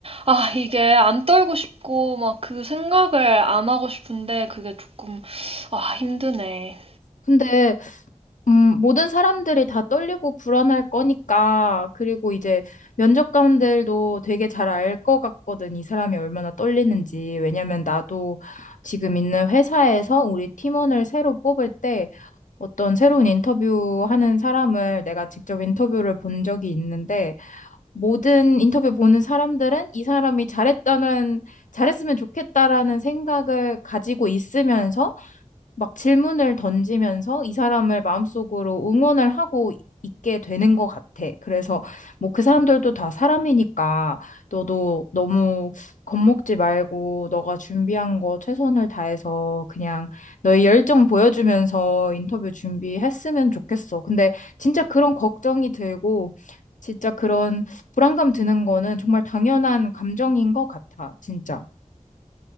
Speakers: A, on the right; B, on the left.
A: 아, 이게 안 떨고 싶고, 막 그 생각을 안 하고 싶은데, 그게 조금, 아, 힘드네.
B: 근데 음, 모든 사람들이 다 떨리고 불안할 거니까, 그리고 이제 면접관들도 되게 잘 알 것 같거든, 이 사람이 얼마나 떨리는지. 왜냐면 나도 지금 있는 회사에서 우리 팀원을 새로 뽑을 때 어떤 새로운 인터뷰 하는 사람을 내가 직접 인터뷰를 본 적이 있는데, 모든 인터뷰 보는 사람들은 이 사람이 잘했다는, 잘했으면 좋겠다라는 생각을 가지고 있으면서 막 질문을 던지면서 이 사람을 마음속으로 응원을 하고 있게 되는 것 같아. 그래서 뭐 그 사람들도 다 사람이니까 너도 너무 겁먹지 말고 너가 준비한 거 최선을 다해서 그냥 너의 열정 보여주면서 인터뷰 준비했으면 좋겠어. 근데 진짜 그런 걱정이 들고 진짜 그런 불안감 드는 거는 정말 당연한 감정인 것 같아. 진짜.